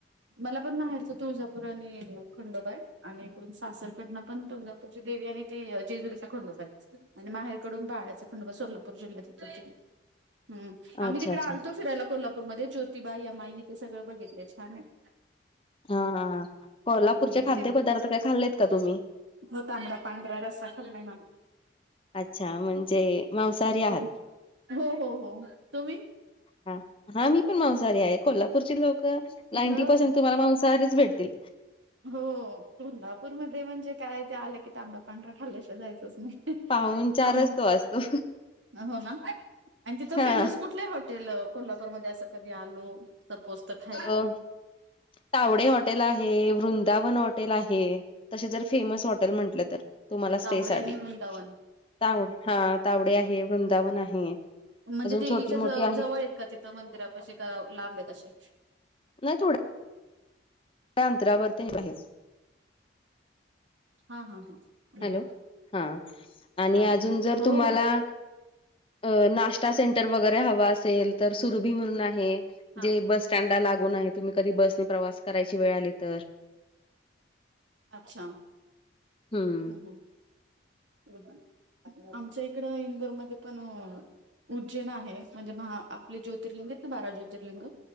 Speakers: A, on the right (about 80°); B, on the left (about 30°).
A: मला पण माहेरचं तुळजाप पूर आणि खंडोबा आहे, आणि इकडून सासरकडनं पण तुळजापूरची देवी आणि ते जेजुरीचा खंडोबा आहे. आणि माहेरकडून बाळ्याचा खंडोबा सोलापूर जिल्ह्यात येतो ति हम्, आम्ही
B: अच्छा
A: तिकडे
B: अच्छा
A: आलतो फिरायला, कोल्हापूरमध्ये ज्योतिबा, यमाई ते सगळं बघितलंय, छान आहे.
B: हा, हा, हा कोल्हापूरचे
A: हम्म
B: खाद्यपदार्थ
A: देवी
B: काय खाल्लेत का तुम्ही?
A: हो तांबडा, पांढरा, रस्सा खाल्लाय ना.
B: अच्छा म्हणजे मांसाहारी आहात
A: हम्म, हो, हो, हो, तुम्ही?
B: हा, हा मी पण मांसाहारी आहे, कोल्हापूरची लोकं, नाइन्टी
A: हो
B: पर्सेंट तुम्हाला मांसाहारीच भेट तील
A: हो कोल्हापूरमध्ये म्हणजे काय, ते आलं की, तांबडा पांढरा खाल्ल्याशिवाय जायचंच नाही.
B: पाहूनचारच
A: आम
B: तो असतो.
A: हो ना, आन तिथं
B: हा
A: फेमस कुठलं हॉटेल अ कोल्हापूरमध्ये असं कधी आलो, सपोज तर खायला
B: अ तावडे हॉटेल आहे, वृंदावन हॉटेल आहे. तसे जर फेमस हॉटेल म्हटलं तर, तुम्हाला
A: तावडे
B: स्टे साठी.
A: आणि वृंदावन
B: ताव हा, तावडे आहे, वृंदावन आहे.
A: म्हणजे,
B: अजून
A: देवीच्या
B: छोटी मोठी
A: ज जवळ आहेत का तिथं मंदिरापाशी, का लांब आहेत असे?
B: नाही, थोडं अंतरावरती आहे बाहेर
A: हा, हा, हा
B: हॅलो,
A: बर
B: हा, आणि
A: चालतंय
B: अजून जर
A: हो
B: तुम्हाला
A: हो
B: अ नास्तासेंटर वगैरे हव असेल तर सुरुभी म्हणून आहे,
A: हा
B: जे बस स्टँडला लागून आहेत. तुम्ही कधी बसने प्रवास करायची वेळ आली, तर
A: अच्छा, हम्म,
B: हं.
A: हम्म गूड बाय. आमच्या इकडं इंदोरमध्ये पण उज्जैेन आहे, म्हणजे महा आपले ज्योतिर्लिंग आहेत ना बारा ज्योतिर्लिंग